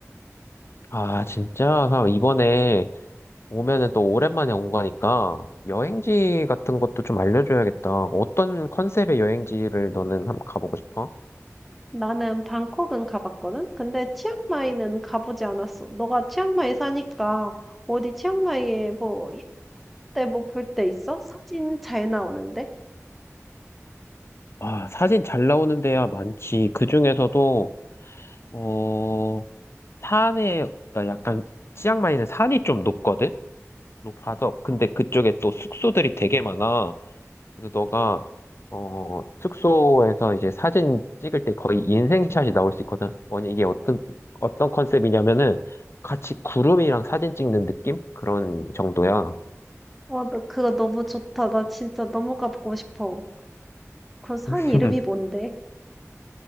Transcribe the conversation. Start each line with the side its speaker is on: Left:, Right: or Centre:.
Left: 아, 진짜? 그럼 이번에 오면은 또 오랜만에 온 거니까 여행지 같은 것도 좀 알려줘야겠다. 어떤 컨셉의 여행지를 너는 한번 가보고 싶어?
Centre: 나는 방콕은 가봤거든. 근데 치앙마이는 가보지 않았어. 너가 치앙마이 사니까 어디 치앙마이에 뭐 이때 뭐 볼 때 있어? 사진 잘 나오는데?
Left: 아, 사진 잘 나오는 데야 많지. 그 중에서도, 어, 산에, 그러니까 약간, 치앙마이는 산이 좀 높거든? 높아서. 근데
Centre: 어,
Left: 그쪽에 또 숙소들이 되게 많아. 그래서 너가 어 숙소에서 이제 사진 찍을 때 거의 인생샷이 나올 수 있거든. 뭐냐 이게 어떤 어떤 컨셉이냐면은 같이 구름이랑 사진 찍는 느낌 그런 정도야.
Centre: 어, 너 그거 너무 좋다. 나 진짜 너무 가보고 싶어. 그 산
Left: <laughs>
Centre: 이름이 뭔데?